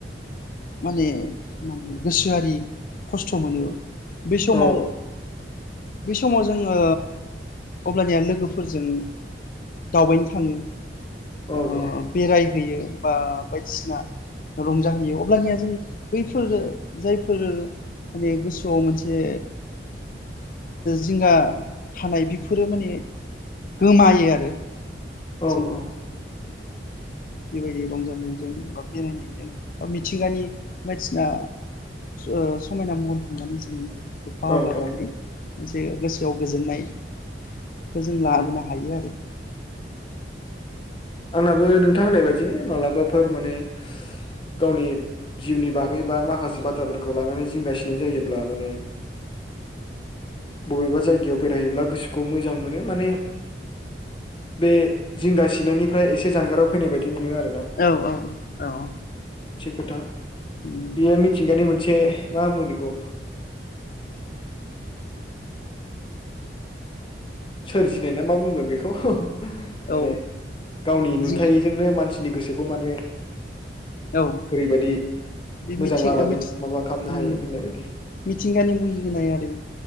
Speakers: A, on the left; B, on the left.
A: माने गोसोआरि खस्थ' मोनो। बे समाव।
B: औ
A: बै समाव जोङो अब्लानिया लोगोफोरजों दावबायनो थाङो।
B: औ
A: ओ
B: औ
A: बेराय बा बायदिसिना रंजाहोयो। अब्लानिया जों बैफोर जायफोर माने गोसोआव मोनसे जिंगा थानाय बेफोरो माने गोमायो आरो।
B: औ
A: जों
B: औ।
A: बेबायदि रंजानायजों बा बेरायनायजों बा मिथिंगानि बायदिसिना ओ समायना महर नुनानै जों बावगारनानै
B: औ औ
A: मोनसे गोसोआव गोजोननाय। खौ जों
B: उम
A: लाबोनो हायो आरो।
B: आंनाबो नोंथां होननाय बायदिनो मालाबाफोर माने <unintelligible> गावनि जिउनि बागै बा माखासे बाथ्राफोरखौ लानानै जिंगासिनाय जायोब्ला माने बबेबा जायगायाव बेरायहैयोब्ला गोसोखौ मोजां मोनो माने बे जिंगा सिनायनि फ्राय एसे जानगाराव फैनाय बायदि मोनो आर
A: औ औ औ।
B: <inaudible> बेयो
A: उम
B: मिथिंगानि मोन से मा <unintelligible> बिखौ? सोरजिनाय ना मा बुंगोन बेखौ? माने
A: औ
B: गावनि नुथायजोंनो
A: जिंगा
B: मानसि गोसोखौ माने
A: औ
B: ओरै बायदि
A: बे
B: मोजां
A: मिथिं
B: लामाजों
A: ओ मिथि
B: माबा खालामनो
A: उम
B: हायो होननाय बायदि
A: मिथिंगानि मुहि होनाय आरो